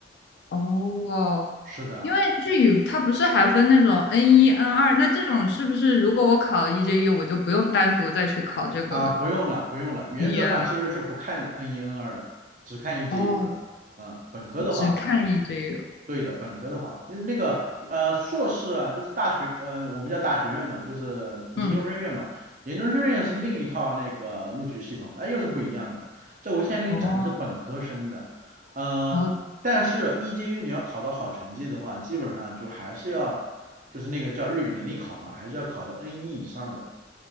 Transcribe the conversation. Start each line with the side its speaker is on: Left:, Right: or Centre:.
Left: 哦，
Right: 是的。
Left: 因为日语它不是还分那种 N 一、N 二，那这种是不是如果我考了 e j u 我就不用单独再去考这个
Right: 啊，不用了，不用了。原则上其实是不看
Left: 语言了？
Right: n 一 n 二的，只看 EJU
Left: 哦，
Right: 的。嗯，本科的话，
Left: 只看 e j u
Right: 对的，本科的话，那那个呃，硕士啊，就是大学，呃，我们叫大学院嘛，就是研究生院嘛。
Left: 嗯，
Right: 研究生院是另一套那个录取系统，那、又是不一样的。这我现在跟你讲的是本科生的，
Left: 哦
Right: 呃，
Left: 哦
Right: 但是 EJU 你要考到好成绩的话，基本上就还是要，就是那个叫日语能力考嘛，还是要考到 n 一以上的。